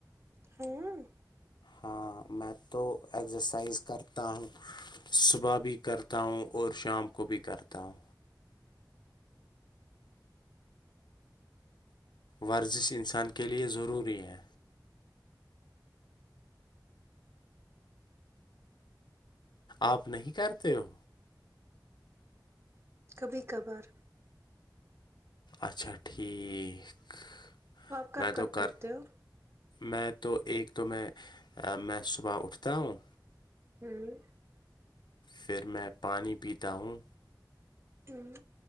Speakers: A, on the right; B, on the left.
A: ہاں
B: ہاں میں تو ایگزرسائز کرتا ہوں صبح بھی کرتا ہوں اور شام کو بھی کرتا ہوں ورزش انسان کے لئے ضروری ہے آپ نہیں کرتے ہو
A: کبھی کبھار
B: اچھا ٹھیک
A: آپ کب
B: میں
A: کب
B: تو کر
A: کرتے ہو
B: میں تو ایک تو میں میں صبح اٹھتا ہوں
A: ہوں
B: پھر میں پانی پیتا ہوں
A: ہوں